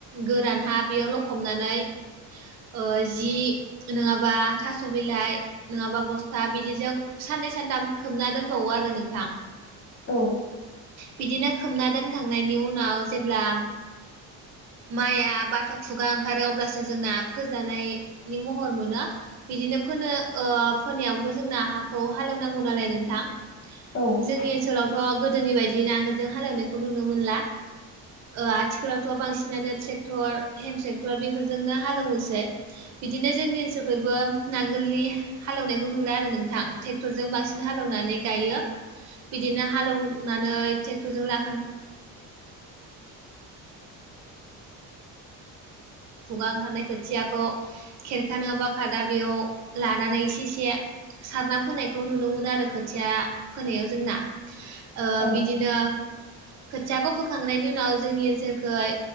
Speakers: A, on the right; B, on the left.
A: गोरान हा बेयाव लखबनानै <inaudible> ओ जि नङाबा थास' बिलाइ नङाबा बस्था बिदिजों साननै सान दाम खोबना दोनबावो आरो नोंथां।
B: औ।
A: बिदिनो खोबना दोनखांनायनि उनाव जेब्ला माइआ बाथ' खुगा ओंखारो अब्लासो जोंना फोजानायनि महर मोनो बिदिनो फोनो ओ फोनायावबोथ' जोंना हाखौ हालेवनांगौ नालाय नोंथां।
B: औ
A: जोंनि ओनसोलावथ' गोदोनि बायदि नांगोलजों हालेवनायखौ नुनो मोनला। ओ आथिखालावथ' बांसिनानो ट्रेक्टर हेन्द ट्रेक्टर बेफोरजोंनो हालौयोसै। बिदिनो जोंनि ओनसोलखैबो नांगोलनि। हालेवनायखौ नुला आरो नोंथां ट्रेक्टरजों बांसिन हालौवनानै गायो। बिदिनो हालौवनानै ट्रेक्टर जों ला <unintelligible> मा ओंखारनाय खोथियाखौ खेरखा नङाबा खादा बेयाव लानानै इसे इसे सारना फोनायखौ नुनो मोनो आरो खोथिया फोनायाव जोंना ओ
B: औ
A: बिदिनो खोथियाखो फोखांनायनि उनाव जोंनि ओनसोलखोहाय